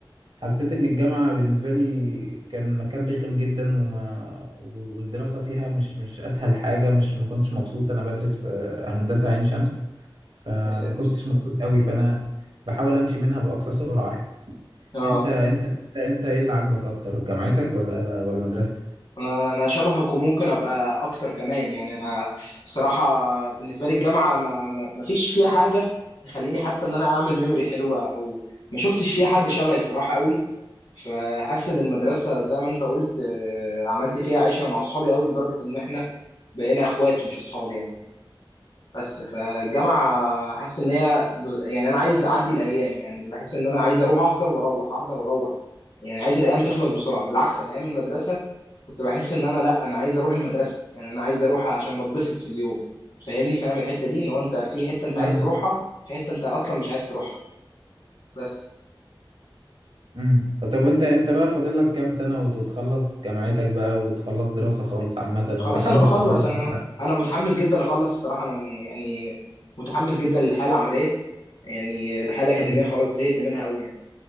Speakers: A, on the right; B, on the left.
A: حسيت إن الجامعة بالنسبة لي كان مكان رخم جدا وما والدراسة فيها مش مش أسهل حاجة مش ما كنتش مبسوط أنا بدرس في هندسة عين شمس فما
B: يا ساتر
A: كنتش مبسوط قوي فأنا بحاول أمشي منها بأقصى سرعة يعني
B: اه
A: أنت أنت أنت إيه اللي عاجبك أكتر جامعتك ولا ولا مدرستك؟
B: انا انا شبهك وممكن ابقى اكتر كمان يعني انا الصراحه بالنسبه لي الجامعه ما ما ما فيش فيها حاجه تخليني حتى ان انا اعمل ميموري حلوه او ما شفتش فيها حد شبهي الصراحه قوي فحاسس ان المدرسه زي ما انت قلت آه، عملت فيها عشره مع اصحابي قوي لدرجه ان احنا بقينا اخوات مش اصحاب يعني بس فالجامعة حاسس إن هي يعني أنا عايز أعدي الأيام يعني بحس إن أنا عايز أروح أحضر وأروح أحضر وأروح يعني عايز الأيام تخلص بسرعة بالعكس أنا أيام المدرسة كنت بحس إن أنا لأ أنا عايز أروح المدرسة يعني أنا عايز أروح عشان بتبسط في اليوم فاهمني فاهم الحتة دي إن هو أنت في حتة أنت عايز
A: آه.
B: تروحها في حتة أنت أصلا مش عايز تروحها بس
A: امم طب وانت انت بقى فاضل لك كام سنة وتتخلص جامعتك بقى وتخلص دراسة خالص عامة ومتحمس
B: خلاص أنا بخلص
A: تخلص ولا
B: أنا
A: لا
B: أنا متحمس جدا أخلص الصراحة أنا م- يعني متحمس جدا للحالة العملية يعني الحالة الأكاديمية
A: مم.
B: خلاص زهقت منها قوي يعني